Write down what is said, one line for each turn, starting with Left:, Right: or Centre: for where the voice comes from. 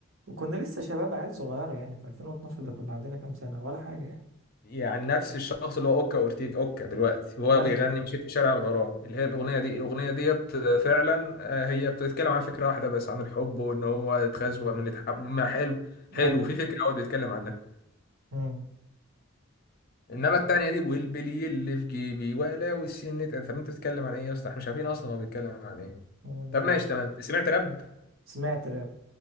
Right: وكنا لسه شباب عيال صغيرة يعني في 2012 ده كنا عندنا كام سنة ولا حاجة يعني
Left: يعني نفس الشخص اللي هو اوكا اورتيج اوكا دلوقتي وهو
Right: مثلا
Left: بيغني مشيت في شارع الغرام اللي هي الاغنيه دي الاغنيه ديت فعلا آه، هي بتتكلم عن فكره واحده بس عن الحب وان هو اتخزوه من اللي اتحب ما حلو حلو
Right: أيوه
Left: وفي فكره قوي بيتكلم عنها
Right: مم.
Left: انما التانيه دي والبلي اللي في جيبي ولا والسن طب انت بتتكلم عن ايه يا اسطى احنا مش عارفين اصلا هو بيتكلم عن ايه
Right: أنا مش
Left: طب ماشي
Right: عارف
Left: تمام سمعت راب
Right: سمعت راب